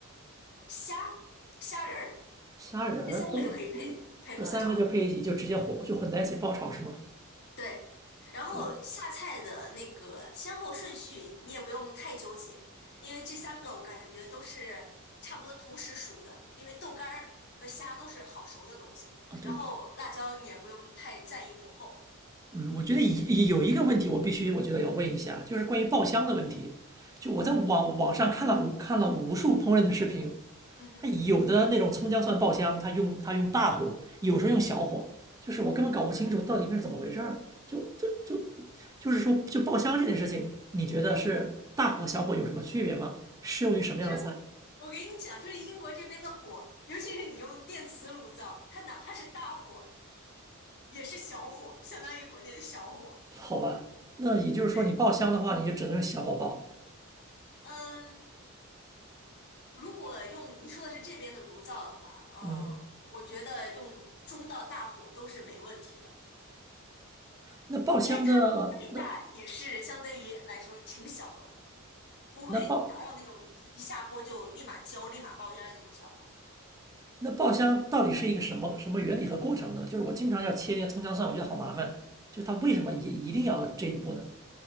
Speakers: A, on the left (about 50°); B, on the right (about 15°).
A: 虾虾仁儿，
B: 虾仁儿、
A: 这三个就可以配配合的炒。
B: 豆腐，这三个就配一起，就直接混就混在一起爆炒是吗？
A: 对，然后下菜的那个先后顺序你也不用太纠结，
B: 哦
A: 因为这三个我感觉都是差不多同时熟的，因为豆干儿和虾都是好熟的东西，
B: 啊，对，
A: 然后辣椒你也不用太在意火候。
B: 嗯，我觉得一有一个问题，我必须我觉得要问一下，就是关于爆香的问题。就我在网网上看了看了无数烹饪的视频，
A: 嗯哼，
B: 那有的那种葱姜蒜爆香，它用它用大火，有时候用小火，就是我根本搞不清楚到底应该是怎么回事儿。就这就就是说，就爆香这件事情，你觉得是大火和小火有什么区别吗？适用于什么样的菜？
A: 其实我给你讲，就是英国这边的火，尤其是你用电磁炉灶，它哪怕是大火也是小火，相当于国内的小火。
B: 好吧，那也就是说，
A: 对，
B: 你爆香的话，你就只能用小火爆。
A: 嗯，如果用你说的是这边的炉灶的话，呃，
B: 嗯，
A: 我觉得用中到大火都是没问题的，
B: 那爆香的那
A: 因为它再大也是相对于来说挺小的火，不会达到那种一一下锅就立马焦、
B: 那爆
A: 立马冒烟的那种效果。
B: 那爆香到底是一个什么什么原理和过程呢？就是我经常要切那些葱姜蒜，我觉得好麻烦。就它为什么一一定要这一步呢？